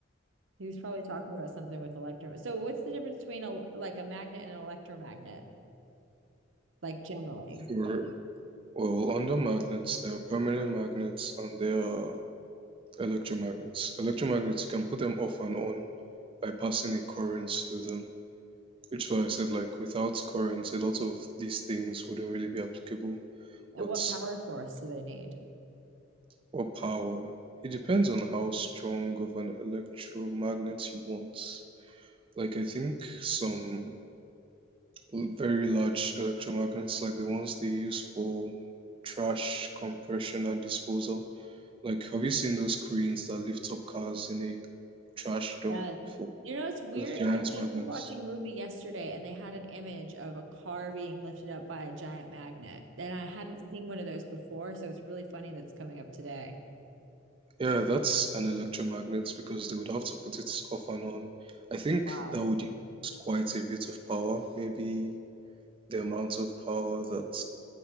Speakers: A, on the right (about 80°); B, on the right (about 30°).
A: He was probably talking about something with electro. So what's the difference between a like a magnet and an electromagnet, like generally?
B: For, well, under magnets, there are permanent magnets and there are electromagnets. Electromagnets, you can put them off and on by passing a current through them. Which is why I said, like, without currents, a lot of these things wouldn't really be applicable.
A: And
B: But
A: what power source do they need?
B: Or power, it depends on how strong of an electromagnet you want. Like I think some l- very large electromagnets, like the ones they use for trash compression and disposal. Like have you seen those cranes that lift up cars in a trash dump
A: Yes.
B: before?
A: You know, it's weird.
B: Those giant
A: I just
B: magnets.
A: was watching a movie yesterday and they had an image of a car being lifted up by a giant magnet. And I hadn't seen one of those before, so it's really funny that's coming up today.
B: Yeah, that's an electromagnet because they would have to put it off and on. I think
A: Wow.
B: that would use quite a bit of power, maybe the amount of power that